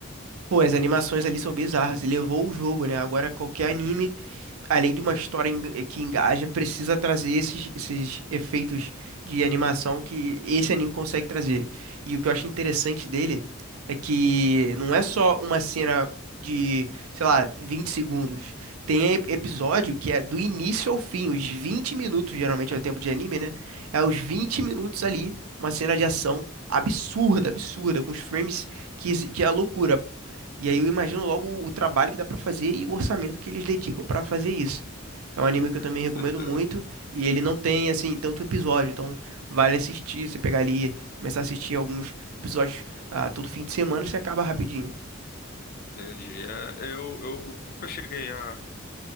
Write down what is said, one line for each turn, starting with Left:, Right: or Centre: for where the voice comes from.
Right: pô, as animações ali são bizarras. E levou o jogo, né? Agora, qualquer anime além de uma história en- que engaja, precisa trazer esses, esses efeitos de animação que esse anime consegue trazer. E o que eu acho interessante dele é que não é só uma cena de, sei lá, 20 segundos. Tem ep- episódio que é do início ao fim, os 20 minutos, geralmente é o tempo de anime, né? É os 20 minutos ali, uma cena de ação. Absurda, absurda, com os frames que, exi- que é a loucura. E aí eu imagino logo o trabalho que dá pra fazer e o orçamento que eles dedicam pra fazer isso. É um anime que
Left: É,
Right: eu também
Left: com
Right: recomendo
Left: certeza.
Right: muito e ele não tem assim tanto episódio, então vale assistir, você pegar ali, começar a assistir alguns episódios ah, todo fim de semana, você acaba rapidinho.
Left: Entendi. É, eu, eu nunca cheguei a,